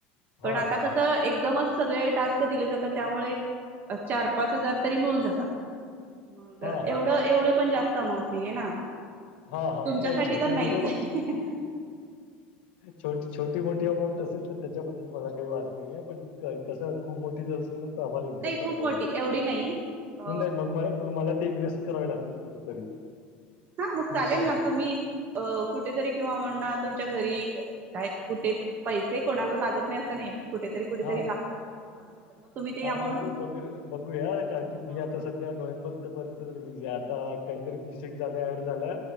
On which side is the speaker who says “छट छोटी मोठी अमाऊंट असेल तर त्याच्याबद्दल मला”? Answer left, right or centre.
Left